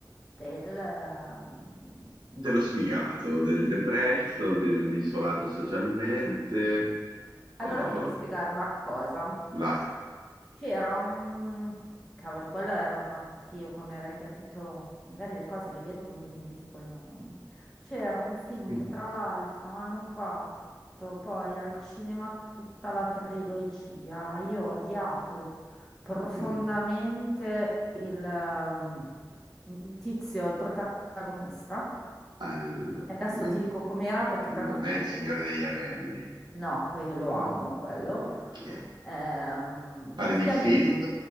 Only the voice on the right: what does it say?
dello sfigato, del depresso, dell'isolato socialmente.
Oh,
vai.
<laughs>
Mm.
Allora,
non,
non
è
il Signore degli Anelli.
No.
Ok.
Pare
di film?